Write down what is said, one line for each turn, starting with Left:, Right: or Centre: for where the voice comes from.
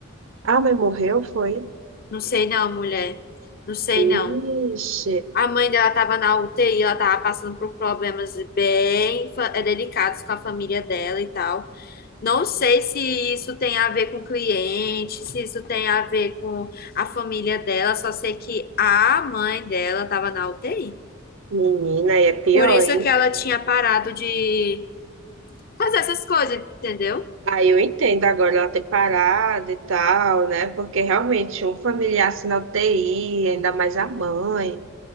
Right: Ah, mas morreu, foi?
Left: Não sei não, mulher. Não sei
Right: Ixi,
Left: não. A mãe dela estava na UTI, ela tava passando por problemas bem fa- eh, delicados com a família dela e tal. Não sei se isso tem a ver com o cliente, se isso tem a ver com a família dela, só sei que a mãe dela estava na UTI.
Right: menina, aí é pior,
Left: Por isso
Right: hein?
Left: que ela tinha parado de fazer essas coisas, entendeu?
Right: Aí eu entendo agora ela ter parado e tal, né? Porque realmente um familiar assim na UTI, ainda mais a mãe,